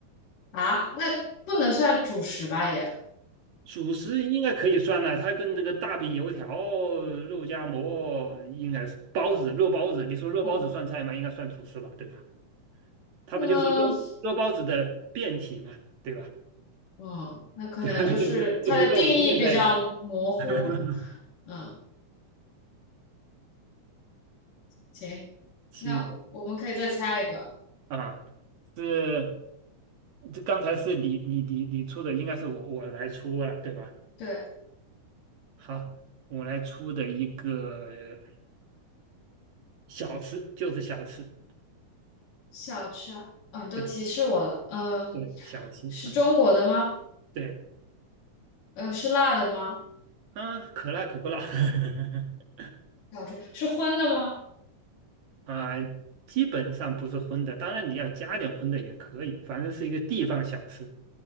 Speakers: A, on the left (about 85°); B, on the right (about 65°).
A: 啊，那不能算主食吧也。
B: 主食应该可以算了，它跟这个大饼、油条、肉夹馍应该是包子、肉包子。你说肉包子算菜吗？
A: 我
B: 应该算主食吧，对吧？它不就是肉肉包子的变体嘛，
A: 嗯
B: 对吧？
A: 哦，那可能就是它的定义比较模糊。
B: <laughs> 对就是就是肉和面在一起。<laughs>
A: 嗯，行，
B: 行
A: 那我们可以再猜一个。
B: 啊，是这刚才是你你你你出的，应该是我我来出了，对吧？
A: 对，
B: 好，我来出的一个呃小吃，就是小吃，
A: 小吃啊，哦，你都提示我了。
B: 对
A: 嗯，
B: 对，小吃，
A: 是中国的吗？
B: 嗯，对，
A: 嗯，是辣的吗？
B: 啊，可辣可不辣，<laughs>
A: 小吃是荤的吗？
B: 啊，基本上不是荤的，当然你要加点荤的也可以，反正是一个地方小吃